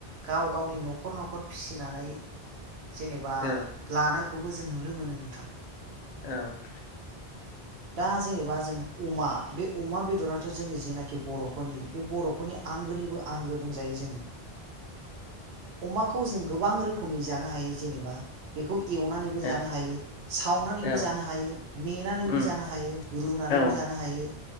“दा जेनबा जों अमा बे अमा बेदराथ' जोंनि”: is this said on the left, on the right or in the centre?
Right